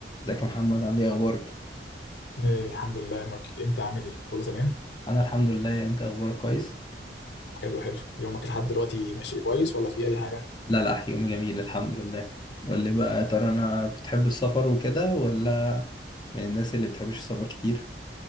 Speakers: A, on the left; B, on the left.
A: ازيك يا محمد عامل ايه اخبارك
B: إيه، الحمد لله يا مايكل انت عامل ايه كله تمام
A: انا الحمد لله انت اخبارك كويس
B: حلو حلو يومك لحد دلوقتي ماشي كويس ولا في اي حاجه
A: لا لا يومي جميل الحمد لله قول لي بقى يا ترى انا بتحب السفر وكده ولا من الناس اللي بتحبش السفر كتير